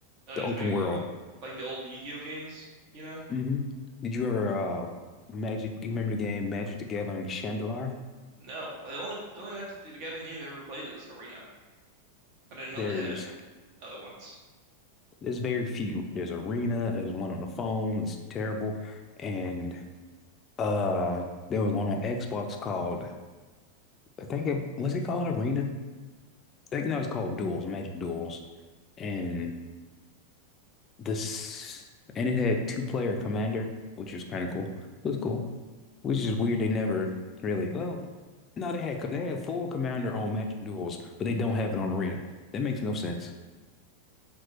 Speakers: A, on the right; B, on the left.
A: Uh,
B: the
A: just
B: open
A: make
B: world.
A: it uh, like the old Yu-Gi-Oh games, you know?
B: hmm Did you ever uh Magic? You remember the game Magic the Gathering Chandelier?
A: No, the only the only Magic the Gathering game I've ever played is Arena. I didn't know
B: There's
A: they had other ones.
B: There's very few. There's Arena, there's one on the phone, it's terrible. And uh there was one on Xbox called I think it was it called Arena? I think that was called Duels, Magic Duels. And this and it had two player commander, which was kind of cool. It was cool. Which is weird they never really well no they had they had full commander on Magic Duels, but they don't have it on Arena. That makes no sense.